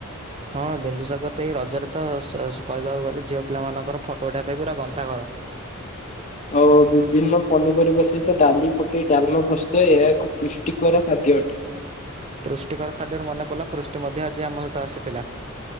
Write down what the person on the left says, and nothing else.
ଆଉ ବିଭିନ୍ନ ପନିପରିବା ସହିତ ଡାଲି ପକେଇ ଡାଲମା ପ୍ରସ୍ତୁତ ଏହାକୁ ପୃଷ୍ଟିକର ଖାଦ୍ୟ ଅଟେ।